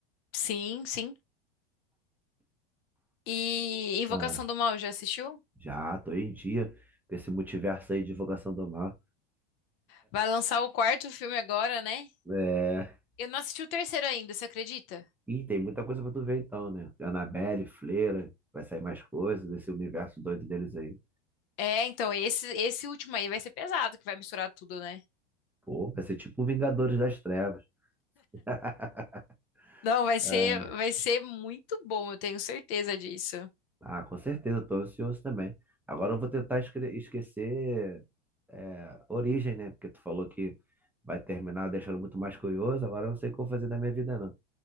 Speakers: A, on the left (about 60°); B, in the centre.
A: Sim, sim. E Invocação
B: Ah,
A: do Mal, já assistiu?
B: já, tô em dia com esse multiverso aí de Divulgação do Mal.
A: Vai lançar o quarto filme agora, né?
B: É,
A: Eu não assisti o terceiro ainda, você acredita?
B: Ih, tem muita coisa pra tu ver então, né? Annabelle, Fleira, vai sair mais coisas desse universo doido deles aí.
A: É, então, esse, esse último aí vai ser pesado, que vai misturar tudo, né?
B: Pô, vai ser tipo Vingadores das Trevas. <laughs>
A: Não, vai
B: É.
A: ser, vai ser muito bom, eu tenho certeza disso.
B: Ah, com certeza, tô ansioso também. Agora eu vou tentar esque- esquecer é, Origem, né? Porque tu falou que vai terminar deixando muito mais curioso. Agora eu não sei o que eu vou fazer da minha vida, não.